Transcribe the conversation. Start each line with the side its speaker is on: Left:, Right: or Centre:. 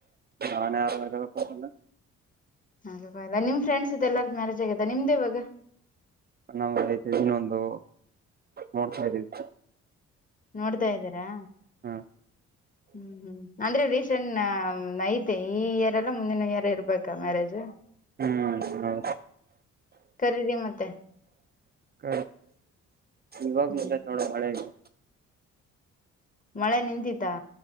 Right: ನಾನೇ ಯಾರ ಮಾಡ್ಕಳೋಕ್ಕೋಗೋಲ್ಲ.
Left: ಅಕೋಗೋಗಿಲ್ಲ ನಿಮ್ ಫ್ರೆಂಡ್ಸಿದೆಲ್ಲ ಮ್ಯಾರೇಜ್ ಆಗಿದೆ ನಿಮ್ದ್ಯಾವಾಗ.
Right: ನಮ್ಐತ ಇನ್ನೊಂದು ನೋಡ್ತಾ ಇದನಿ.
Left: ನೋಡ್ತಾ ಇದ್ದೀರಾ.
Right: ಹ
Left: ಹ್ಮ್ ಹ್ಮ್ ಅಂದ್ರೆ ರೀಸೆಂಟ್ ನೈತೆ ಈ ಇಯರ್ ಎಲ್ಲ ಮುಂದಿನ ಇಯರ್ ಇರ್ಬೇಕಾ ಮ್ಯಾರೇಜ್.
Right: ಹ್ಮ್ ಹ
Left: ಕರೀರಿ ಮತ್ತೆ
Right: ಕ ಇವಾಗಲ್ಲ
Left: ಹ್ಮ್
Right: ತೋಳ ಮಳೆ ಆು
Left: ಮಳೆ ನಿಂದಿದ್ದಾ